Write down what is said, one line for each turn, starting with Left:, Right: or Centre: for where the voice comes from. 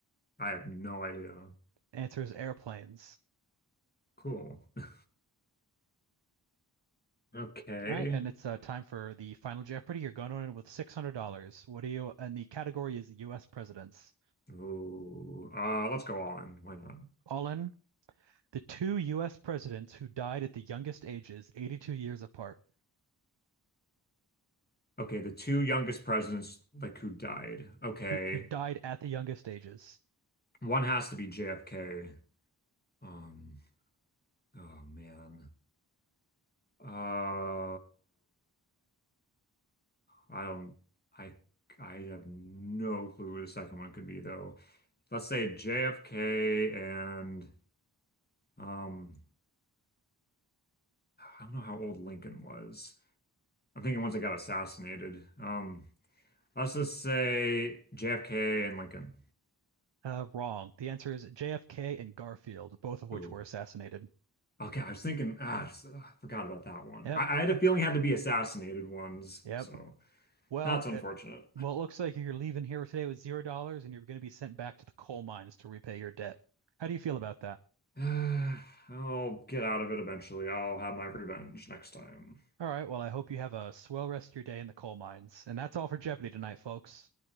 Left: I have no idea.
Right: Answer is airplanes.
Left: Cool. <laughs> Okay.
Right: All right, and it's uh, time for the final Jeopardy. You're going in with $600. What do you, and the category is US presidents.
Left: Ooh. Uh, let's go all in. Why not?
Right: All in, the two US presidents who died at the youngest ages, 82 years apart,
Left: Okay, the two youngest presidents like who died. Okay.
Right: who, who died at the youngest ages.
Left: One has to be JFK. Um, oh man. Uh, I don't I I have no clue who the second one could be though. Let's say JFK and um I don't know how old Lincoln was. I'm thinking once I got assassinated. Um, let's just say JFK and Lincoln.
Right: Uh, wrong. The answer is JFK and Garfield, both of which
Left: Ooh.
Right: were assassinated.
Left: Okay, I was thinking, ah, I s- ah, forgot about that one.
Right: Yep,
Left: I, I had a feeling it had to be assassinated ones,
Right: yep.
Left: so
Right: Well,
Left: that's unfortunate.
Right: it, well, it looks like you're leaving here today with zero dollars and you're going to be sent back to the coal mines to repay your debt. How do you feel about that?
Left: <sighs> I'll get out of it eventually. I'll have my revenge next time.
Right: All right, well, I hope you have a swell rest of your day in the coal mines. And that's all for Jeopardy tonight, folks.